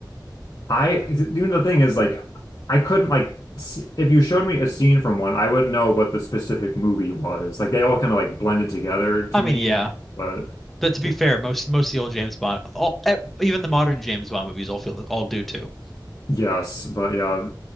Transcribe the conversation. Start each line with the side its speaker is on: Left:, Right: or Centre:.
Left: I, you know, the thing is, like, I couldn't, like, s- if you showed me a scene from one, I wouldn't know what the specific movie was. Like, they all kind of, like, blended together to
Centre: I
Left: me.
Centre: mean, yeah.
Left: But
Centre: But to be
Left: <laughs>
Centre: fair, most most of the old James Bond, all e- even the modern James Bond movies all feel all do too.
Left: yes, but yeah,